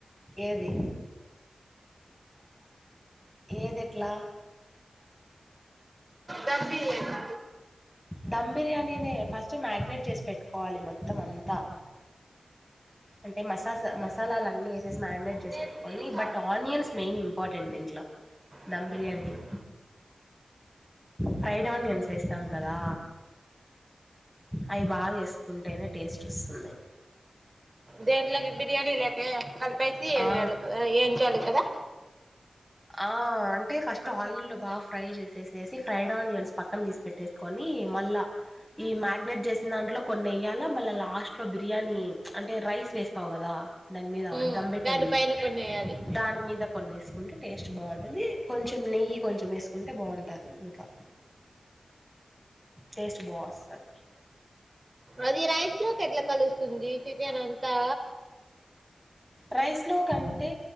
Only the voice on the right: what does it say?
దమ్ బిర్యానీ
నేను
స్కిల్స్
ఆడతాను
దేంలో బిర్యానీ లేక కలిపేసిళ
కా ఏంచాలి కదా
ఉమ్
దాని
పైన కొన్ని వేయాలి
అది రాైస్ లో కేట్ల కలుస్త తందిీ చికెన్ అంతా